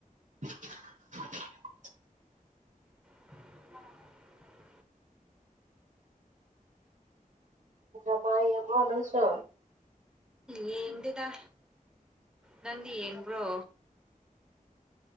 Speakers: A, on the right; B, in the centre.
A: <unintelligible>
B: <unintelligible>
A: ꯗ꯭ꯔꯃꯥ ꯌꯦꯡꯕ꯭ꯔꯣ ꯅꯪꯁꯨ꯫
B: ꯌꯦꯡꯗꯦꯗ ꯅꯪꯗꯤ ꯌꯦꯡꯕ꯭ꯔꯣ꯫